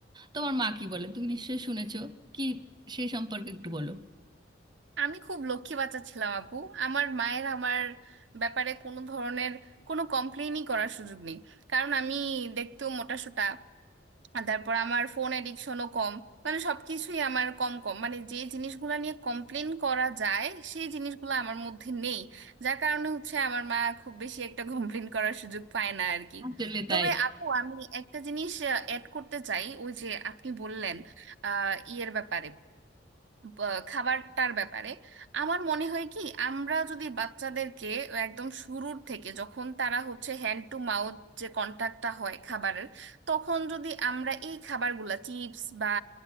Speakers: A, on the right (about 20°); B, on the right (about 70°).
A: তোমার মা কি বলে তুমি নিশ্চয়ই শুনেছো কি সেই সম্পর্কে একটু বলো
B: আমি খুব লক্ষ্মী বাচ্চা ছিলাম আপু আমার মায়ের আমার ব্যাপারে কোনো ধরনের কোনো কমপ্লেইনই করার সুযোগ নেই কারণ আমি দেখতেও মোটাসোটা আর তারপর আমার ফোন এডিকশনও কম মানে সবকিছুই আমার কম কম মানে যে জিনিসগুলো নিয়ে কমপ্লেন করা যায় সেই জিনিসগুলো আমার মধ্যে নেই যার কারণে হচ্ছে আমার মা খুব বেশি একটা কমপ্লেন করার সুযোগ পায় না আর কি
A: আসলে তাই
B: তবে আপু আমি একটা জিনিস অ্যাড করতে চাই ওই যে আপনি বললেন আহ ইয়ের ব্যাপারে বা- খাবারটার ব্যাপারে আমার মনে হয় কি আমরা যদি বাচ্চাদেরকে একদম শুরুর থেকে যখন তারা হচ্ছে হ্যান্ড টু মাউথ যে কন্টাক্টটা হয় খাবারের তখন যদি আমরা এই খাবারগুলা চিপস বা